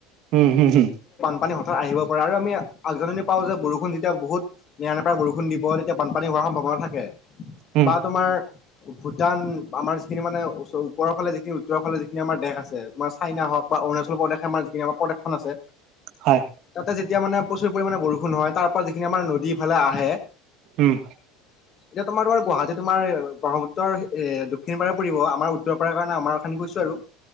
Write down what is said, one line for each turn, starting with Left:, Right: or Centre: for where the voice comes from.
Right: উম হম হম।
Left: বান পানী হঠাত আহিব পাৰে আৰু আমি আগজানি পাওঁ যে বৰষুণ যেতিয়া বহুত নেৰা নেপৰা বৰষুণ দিব তেতিয়া বানপানী সম্ভাৱনা থাকে
Right: উম,
Left: বা তোমাৰ ভূটান আমাৰ। যিখিনি মানে উপৰ যিখিনি উত্তৰ ফালে যিখি আমাৰ দেশ আছে তোমাৰ চাইনা হক বা অৰুণাচল প্ৰদেশ আম যিখিনি। খন আছে
Right: হয়,
Left: তাতে যেতিয়া মানে প্ৰচুৰ পৰিমাণে বৰষুণ হয় তাৰপ যিখিনি আমাৰ নদী ইফালে আহে
Right: উম
Left: এতিয়া তোমাৰ তোমাৰ গুৱাহাটী তোমাৰ ব্ৰহ্মপুত্ৰৰ এ <unintelligible> পৰিব আমাৰ উত্তৰ পাৰে কাৰণে আমাৰ উত্তৰ খিনি কৈছো আৰু